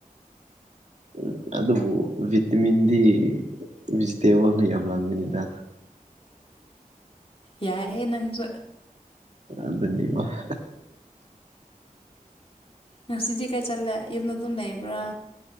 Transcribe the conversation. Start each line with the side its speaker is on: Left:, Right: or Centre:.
Right: ꯎꯝ ꯑꯗꯨꯕꯨ ꯚꯤꯇꯤꯃꯤꯟꯗꯤ ꯚꯤꯖꯤꯇꯦꯕꯜꯅ ꯌꯥꯝ ꯂꯝꯒꯅꯤꯗ
Left: ꯌꯥꯏ ꯍꯦ ꯅꯪꯁꯨ
Right: ꯑꯗꯨꯅꯤꯕ <unintelligible>
Left: ꯉꯪꯁꯤꯗꯤ ꯀꯩ ꯆꯠꯂꯦ ꯌꯨꯝꯗ ꯑꯗꯨꯝ ꯂꯩꯕ꯭ꯔꯥ